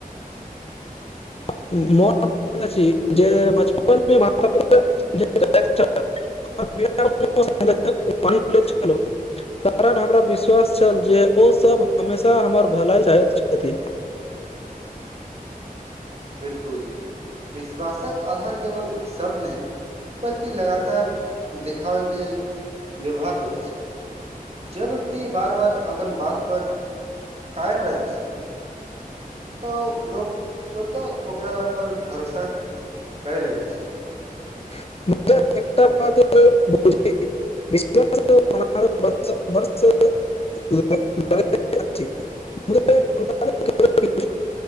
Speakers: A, on the right; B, on the left.
A: <inaudible>
B: <inaudible> <inaudible> कारण हमरा विश्वास छल जे ओ सब हमेशा हमर भलाई चाहैत छथि
A: बिलकुल विश्वासक आधार केवल शब्द नहि बल्कि लगातार देखाओल गेल व्यवहार होइत अछि जब व्यक्ति बार बार अपन बात पर कायम रहैत अछि तऽ लोक स्वतः ओकरा पर भरोसा करै लगैत अछि
B: <inaudible> <inaudible> <inaudible> अछि मुदा टुटाबे केवल किछु